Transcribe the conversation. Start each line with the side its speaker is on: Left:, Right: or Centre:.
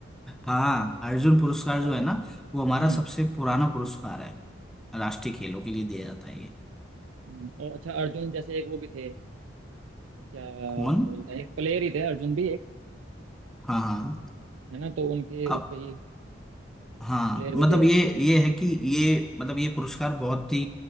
Centre: हाँ अर्जुन पुरस्कार
Right: अच्छा,
Centre: जो है ना वो हमारा
Right: हम्म
Centre: सबसे पुराना पुरस्कार है राष्ट्रीय खेलों के लिए दिया जाता है ये
Right: हम्म, और अच्छा अर्जुन जैसे एक वो भी थे क्या
Centre: कौन
Right: बोलते हैं एक प्लेयर ही थे अर्जुन भी एक
Centre: हाँ हाँ
Right: है ना तो उनके
Centre: अब
Right: उस पे ही
Centre: हाँ
Right: प्लेयर को
Centre: मतलब
Right: दिया जाता
Centre: ये
Right: है
Centre: ये है कि ये मतलब ये पुरस्कार बहुत ही